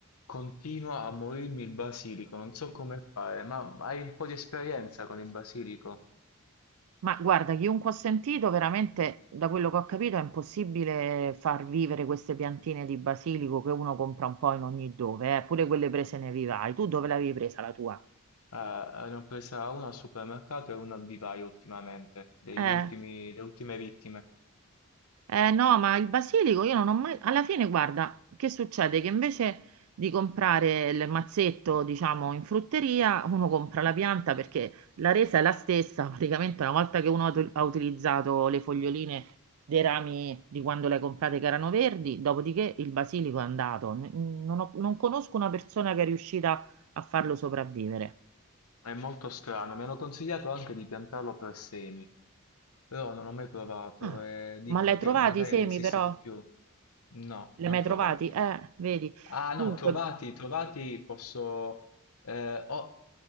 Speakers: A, on the left (about 80°); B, on the right (about 70°).
A: Continua a morirmi il basilico, non so come fare, ma hai un po' di esperienza con il basilico?
B: Ma guarda, chiunque ho sentito, veramente, da quello che ho capito, è impossibile far vivere queste piantine di basilico che uno compra un po' in ogni dove, eh, Pure quelle prese nei vivai. Tu dove l'avevi presa la tua?
A: Eh, ne ho presa una al supermercato e una al vivaio ultimamente, degli
B: Eh.
A: ultimi- le ultime vittime.
B: Eh, no, ma il basilico io non ho mai... Alla fine, guarda, che succede? Che invece di comprare il mazzetto, diciamo, in frutteria, uno compra la pianta perché la resa è la stessa. <laughs> Praticamente una volta che uno ha ut- ha utilizzato le foglioline dei rami di quando le hai comprate che erano verdi, dopodiché il basilico è andato. N- Non ho- non conosco una persona che è riuscita a farlo sopravvivere.
A: È molto strano, mi hanno consigliato anche di piantarlo per semi, però non ho mai provato
B: Ah,
A: e dicono
B: ma l'hai
A: che
B: trovati
A: magari
B: i semi
A: resiste
B: però?
A: di più. No,
B: Li
A: mai
B: hai mai
A: provati.
B: trovati? Eh, vedi.
A: Ah
B: Dunque,
A: no, trovati, trovati posso... eh, ho-